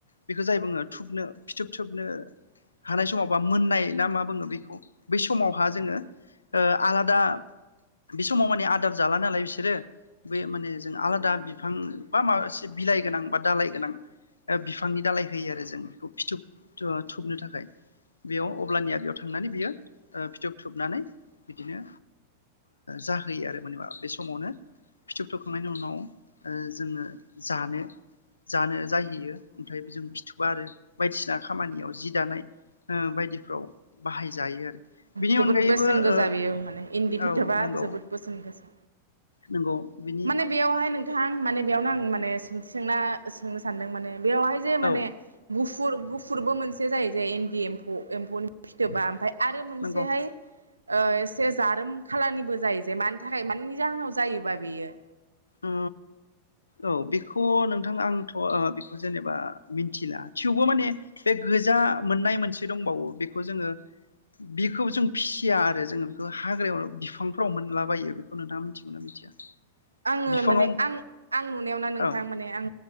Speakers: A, on the left (about 75°); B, on the right (about 80°).
A: बेखौ जाय बुङो थुबनो फिथोब थोबनो हानाय समाव बा मोननाय ना मा बुङो बेखौ बै समावहा जोङो ओ आलादा बे समाव माने आदार जाला नालाय बिसोरो बे माने जों आलादा बिफां बा माबा एसे बिलाइ गोनां बा दालाय गोनां बिफांनि दालाय होयो आरो जों बेखौ फिथोब थोबनो थाखाय बेयाव। अब्लानिया बेयाव थांनानै बियो फिथोब थोबनानै बिदिनो जाहोयो आरो मानेबा बे समावनो फिथोब थोबखांनायनि उनाव जोङनो जानो जानो जाहैयो ओमफ्राय जों बिथोबा आरो बायदिसिना खामानियाव जि दानाय ओ बायदि फोराव बाहायजायो आरो।
B: जोबोद
A: अनगायैबो
B: बेसेन गोसा
A: ओ
B: बेयो माने इन्दि फिथोबा
A: औ नंगौ
B: जोबोद बेसेन गोसा
A: नंगौ बिनि
B: माने बेयावहाय नों थां माने बेयावनो आं माने सोंथि सोंना सोंनो सानदों माने बेवहाय जे माने
A: औ
B: गु फुर गुफुरबो मोनसे जायो जायो इन्दि एम्फौ। एम्फौनि फिथोबा आमफ्राय आरो मोनसे
A: नंगौ
B: बे हाय ओ एसे जारोम खालारनिबो जायो जे मानि थाखाय मानि जाहोनाव जायोबा बेयो।
A: अ औ बेखौ नोंथां आंथ बेखौ जेनेबा मिथिला थेवबो माने बे गोजा मोननाय मोनसे दंबावो बेखौ जोङो बेखौ जों फिसिया आरो जोङो बेखौ हाग्रायाव बिफांफ्राव मोनलाबायो बेखौ नोंथाङा मिथिगौना मिथिया
B: आङो
A: बिफाङाव
B: माने आं आं नुनायावना नोंथां
A: औ
B: माने आं